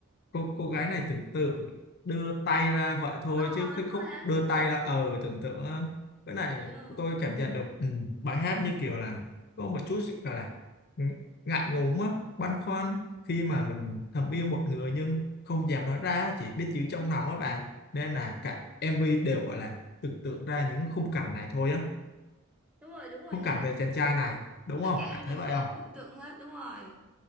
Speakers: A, on the left; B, in the centre.
A: cô cô gái này tưởng tượng đưa tay ra vậy thôi
B: ờ
A: chứ cái
B: đúng
A: khúc
B: rồi ha
A: đưa
B: tưởng
A: tay
B: tượng
A: ra ờ tưởng tượng á, cái này
B: ừ,
A: tôi cảm nhận được ừ, bài hát như kiểu là có một chút sự gọi là ng- ngại ngùng á băn khoăn khi mà mình thầm yêu một người nhưng không dám nói ra chỉ biết giữ trong lòng á bà nên là cả MV đều gọi là tưởng tượng ra những khung cảnh này thôi á
B: đúng rồi đúng rồi
A: khung
B: ha
A: cảnh về chàng trai này đúng
B: tất
A: không
B: cả
A: bạn
B: đều
A: thấy vậy
B: là
A: không
B: tưởng tượng hết đúng rồi